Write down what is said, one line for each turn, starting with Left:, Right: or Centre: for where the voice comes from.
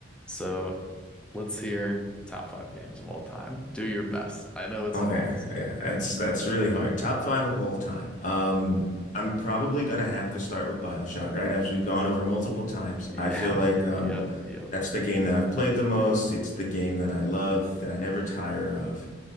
Centre: So let's hear top five games of all time. Do your best. I know it's
Left: Okay,
Centre: impossible.
Left: yeah, that's that's really hard. Top five of all time. Um, I'm probably gonna have to start with BioShock, right? As we've gone over multiple times,
Centre: Yeah.
Left: I feel like
Centre: <laughs>
Left: um,
Centre: Yep. Yep.
Left: that's the game that I've played the most. It's the game that I love, that I never tire of.